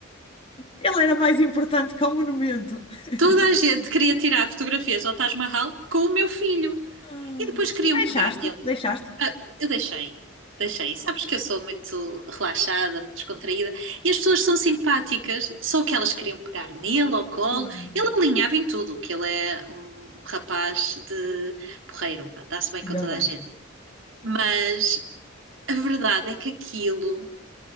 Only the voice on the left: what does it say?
Ele era mais importante que o monumento. <laughs>
Ah,
E deixaste,
deixaste.
Claro.
Ainda
bem.